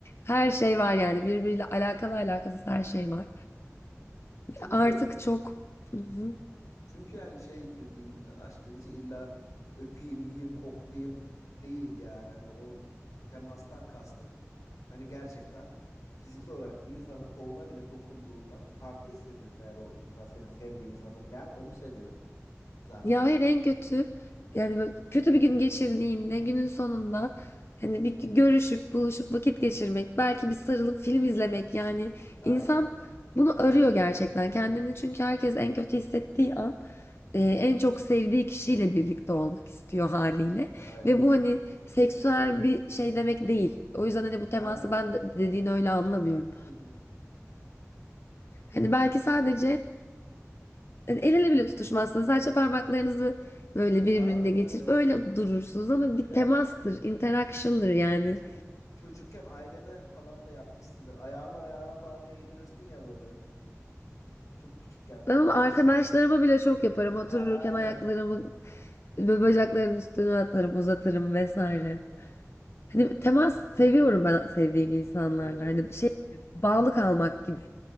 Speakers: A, on the left; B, on the left.
A: Her şey var yani birbiriyle alakalı alakasız her şey var.
B: Çünkü
A: Artık çok Hı hı.
B: Çünkü yani şey dediğin hani aşk dediğin şey illa öpeyim, yiyeyim, koklayayım değil yani. Hani o temastan kastım. Hani gerçekten fiziksel olarak bir insanın koluna bile dokunduğunda farklı hissediyorsun eğer o insan senin sevdiğin insansa. Ben onu seviyorum zaten.
A: ya hayır en kötü yani böyle kötü bir gün geçirdiğinde günün sonunda hani bir görüşüp buluşup vakit geçirmek belki bir sarılıp film izlemek yani
B: Aynen
A: insan bunu
B: öyle
A: arıyor
B: yani.
A: gerçekten kendini çünkü herkes en kötü hissettiği an e, en çok sevdiği kişiyle birlikte olmak istiyor haliyle.
B: Aynen
A: Ve bu
B: öyle.
A: hani seksüel bir şey demek değil. O yüzden hani bu teması
B: Aynen.
A: ben de- dediğin öyle anlamıyorum.
B: Hı hı.
A: Hani belki sadece hani el ele bile tutuşmazsınız. Sadece parmaklarınızı böyle birbirine
B: Aynen
A: geçirip
B: öyle.
A: öyle durursunuz ama bir
B: Ya
A: temastır, interaction'dır yani.
B: çö- çocukken ailene falan da yapmışsındır. Ayağını ayağına falan değdirirsin ya böyle. Çok küçükken
A: Ben onu
B: dört
A: arkadaşlarıma
B: beş yaşındayken.
A: bile çok yaparım. Otururken
B: Ha aynen.
A: ayaklarımı ve bacaklarımın üstüne atlarım, uzatırım vesaire. Hani temas seviyorum ben sevdiğim insanlarla.
B: Evet,
A: Hani şey gibi, bağlı kalmak gibi.